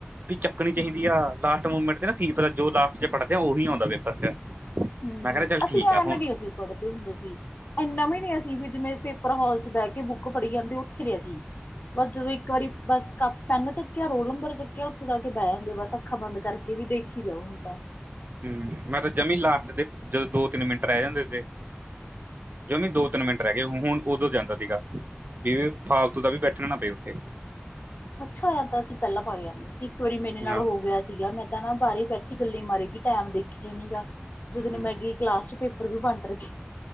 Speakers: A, on the right (about 50°); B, on the left (about 55°).
A: ਵੀ ਚੱਕਣੀ ਚਾਹੀਦੀ
B: ਹੂੰ
A: ਆ ਲਾਸਟ ਮੂਮੈਂਟ ਨਾ ਕੀ ਪਤਾ ਜੋ ਲਾਸਟ ਚ ਪੜਦੇ ਆ, ਉਹੀ ਆਉਂਦਾ ਪੇਪਰ ਚ
B: ਹੂ,
A: ਮੈਂ ਕਹਿੰਦਾ ਚੱਲ
B: ਅਸੀਂ
A: ਠੀਕ
B: ਐਵੇ
A: ਆ ਹੁਣ
B: ਡ ਅਸੀਂ ਪੜ੍ਹਦੇ ਹੁੰਦੇ ਸੀ ਇੰਨਾ ਵੀ ਨ ਅਸੀਂ ਵੀ ਜਿਵੇਂ ਪੇਪਰ ਹਾਲ ਚ ਬਹਿ ਕੇ, ਬੁੱਕ ਪੜ੍ਹੀ ਜਾਂਦੇ, ਉੱਥੇ ਨੇ ਅਸੀਂ ਬਸ ਜਦੋਂ ਇੱਕ ਵਾਰੀ ਬਸ ਕੱਪ ਪੈਨ ਚੱਕਿਆ, ਰੋਲ ਨੰਬਰ ਚੱਕਿਆ, ਉੱਥੇ ਜਾ ਕੇ ਬਹਿ ਜਾਂਦੇ ਬਸ ਅੱਖਾਂ ਬੰਦ ਕਰਕੇ, ਵੀ ਦੇਖੀ ਜਾਓ ਹੁਣ ਤਾਂ
A: ਹੂ, ਮੈਂ ਤਾਂ ਜਮੀ ਲਾਸਟ ਦੇ ਜਦੋਂ ਦੋ ਤਿੰਨ ਮਿੰਟ ਰਹਿ ਜਾਂਦੇ ਤੇ ਜੋ ਵੀ ਦੋ ਤਿੰਨ ਮਿੰਟ ਰਹਿ ਗਏ, ਹੁਣ ਉਦੋਂ ਜਾਂਦਾ ਸੀਗਾ, ਵੀ ਫਾਲਤੂ ਦਾ ਵੀ ਬੈਠਣਾ ਨਾ ਪਏ ਉੱਥੇ
B: ਅੱਛਾ ਆ ਤਾਂ ਅਸੀਂ ਪਹਿਲਾਂ ਪਾ ਕੇ ਜਾਂਦੇ ਸੀ, ਇੱਕ ਵਾਰੀ ਮੇਰੇ ਨਾਲ
A: ਹਾਂ
B: ਹੋ ਗਿਆ ਸੀਗਾ ਮੈਂ ਤਾਂ ਨਾ ਬਾਹਰ ਬੈਠੀ ਗੱਲੀ ਮਾਰੀ ਗਈ, ਟੈਮ ਦੇਖਿਆ ਹੀ ਨੀਗਾ, ਜਦੋਂ ਨੂੰ
A: ਹਮ,
B: ਮੈਂ ਗਈ ਕਲਾਸ ਚ ਪੇਪ ਪੇਪਰ ਵੰਡ ਰਹੇ ਸੀ